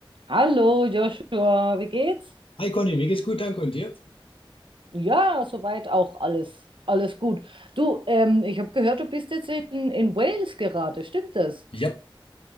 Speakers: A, on the right; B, on the left.
A: Hallo Joshua, wie geht's?
B: Hi Conny, mir geht's gut, danke und dir?
A: Ja, soweit auch alles, alles gut. Du, ähm, ich habe gehört, du bist jetzt in, in Wales gerade, stimmt das?
B: Ja,